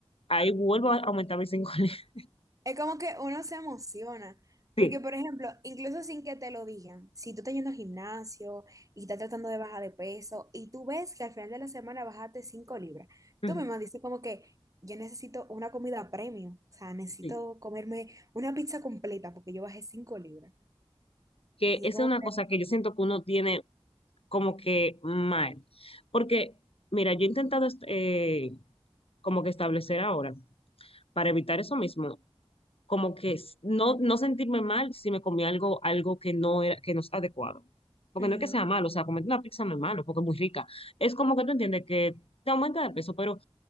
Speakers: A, on the left; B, on the right.
A: ahí vuelvo a aumentar mis cinco libras. <laughs>
B: Es como que uno se emociona, porque
A: Sí.
B: por ejemplo, incluso sin que te lo digan, si tú estás yendo al gimnasio y estás tratando de bajar de peso y tú ves que al final de la semana bajaste 5 libras, tú
A: Ujú,
B: misma dices como que yo necesito una comida premium, o sea, necesito
A: sí.
B: comerme una pizza completa porque yo bajé cinco libras.
A: Que
B: Y
A: esa
B: es como
A: es una
B: que,
A: cosa que yo siento que uno tiene como que mal. Porque, mira, yo he intentado est- eh, como que establecer ahora, para evitar eso mismo, como que s- no, no sentirme mal si me comí algo, algo que no era, que no es adecuado. Porque
B: ujú.
A: no es que sea malo, o sea, comerte una pizza no es malo, porque es muy rica. Es como que tú entiendes que te aumenta de peso, pero